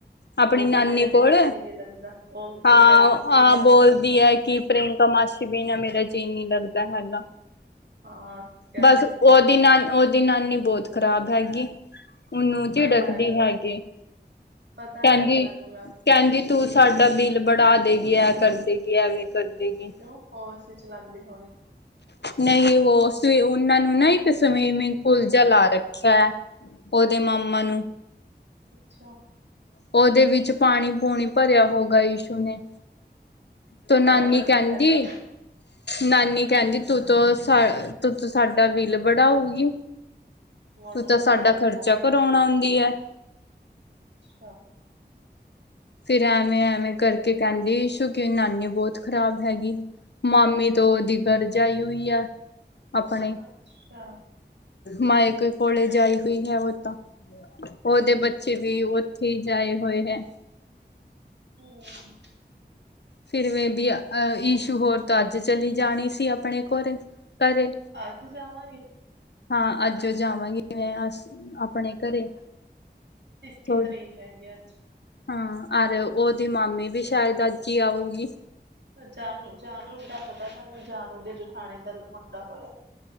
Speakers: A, on the left; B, on the right.
A: ਆਪਣੀ
B: ਉਹਦਾ
A: ਨਾਨੀ
B: ਮੇਰੇ ਬਿਨਾਂ
A: ਕੋਲ
B: ਜੀਅ ਨੀ ਲੱਗਦਾ ਉਹ ਉਹ
A: ਹਾਂ-ਹਾਂ
B: ਕਹਿੰਦੀ ਸੀ ਮੇਰਾ
A: ਬੋਲਦੀ ਐ ਕੀ ਪ੍ਰਿਅੰਕਾ ਮਾਸੀ ਬਿਨਾ ਮੇਰਾ ਜੀ ਨੀ ਲੱਗਦਾ ਹੈਗਾ।
B: ਹਾਂ ਕਹਿੰਦੀ
A: ਬਸ
B: ਸੀ
A: ਓਹਦੀ
B: ਉਹ
A: ਨਾਲ ਓਹਦੀ ਨਾਨੀ ਬੋਤ ਖ਼ਰਾਬ ਹੈਗੀ ਉਹਨੂੰ ਝਿੜਕਦੀ
B: ਪਤਾ ਹੈਗਾ ਮੈਨੂੰ
A: ਹੈਗੀ।
B: ਪਤਾ
A: ਕਹਿੰਦੀ
B: ਹੈਗਾ ਮੈਨੂੰ ਮੈਮ
A: ਕਹਿੰਦੀ ਤੂੰ ਸਾਡਾ ਬਿੱਲ ਬੜਾ ਦੇਗੀ ਐ ਕਰ ਦੇਗੀ ਐਵੇਂ ਕਰ ਦੇਗੀ।
B: ਓ ਪ ਏਸੀ ਚਲਾਉਂਦੇ ਹੋਣੇ।
A: ਨਈ ਵੋ ਸ ਉਨਾਂ ਨੂੰ ਨਾ ਇੱਕ ਸਵੀਮਿੰਗ ਪੂਲ ਜਾ ਲਾ ਰੱਖਿਆ ਹੈ। ਓਹਦੇ ਮਾਮਾ ਨੂੰ।
B: ਅੱਛਾ।
A: ਓਹਦੇ ਵਿੱਚ ਪਾਣੀ ਪੂਣੀ ਭਰਿਆ ਹੋਗਾ ਇਸ਼ੂ ਨੇ। ਤੋਂ ਨਾਨੀ
B: ਰਬੜ
A: ਕੈਂਦੀ
B: ਦਾ ਹੈਗਾ
A: ਨਾਨੀ ਕਹਿੰਦੀ ਤੂੰ ਤੋ ਸਾ ਤੂੰ ਤੋ ਸਾਡਾ ਬਿਲ ਵੜਾਉਗੀ।
B: ਮੋਟਰ
A: ਤੂੰ ਤਾਂ ਸਾਡਾ
B: ਚਲਾ ਚਲਾ
A: ਖਰਚਾ
B: ਕੇ
A: ਕਰਾਉਣ ਆਉਂਦੀ ਐ।
B: ਅੱਛਾ।
A: ਫੇਰ ਐਵੇਂ ਐਵੇਂ ਕਰਕੇ ਕੈਂਦੀ ਇਸ਼ੂ ਕੀ ਨਾਨੀ ਬੋਤ ਖ਼ਰਾਬ ਹੈਗੀ। ਮਾਮੀ ਤੋ ਓਹਦੀ ਗਰ ਜਾਈ ਹੂਈ ਐ। ਆਪਣੇ
B: ਅੱਛਾ
A: ਮਾਇਕੇ ਕੋਲੇ ਜਾਈ ਹੋਈ ਹੈ ਵੋ ਤਾਂ। ਓਹਦੇ ਬੱਚੇ ਵੀ ਓਥੇ ਹੀ ਜਾਏ ਹੋਏ ਹੈ।
B: ਹੂੰਮ
A: ਫੇਰ ਵੇਬੀ ਅ ਇਸ਼ੂ ਹੋਰ ਤੋਂ ਅੱਜ ਚਲੀ ਜਾਣੀ ਸੀ ਆਪਣੇ ਕੋਰੇ ਘਰੇ।
B: ਅੱਜ ਜਾਵਾਂਗੇ।
A: ਹਾਂ ਅੱਜ ਓ ਜਾਵਾਂਗੀ ਮੈਂ ਅੱਜ ਆਪਣੇ ਘਰੇ।
B: ਇੱਕੀ
A: ਥੋੜੀ
B: ਤਰੀਕ ਹੈਗੀ ਅੱਜ।
A: ਹਾਂ ਅਰ ਓਹਦੀ ਮਾਮੀ ਵੀ ਸ਼ਾਇਦ ਅੱਜ ਹੀ ਆਊਗੀ।
B: ਜਾਨੂ-ਜਾਨੂ ਦਾ ਪਤਾ ਤੁਹਾਨੂੰ ਜਾਨੂ ਦੀ ਜਠਾਣੀ ਦਾ ਪਕਾ ਪਤਾ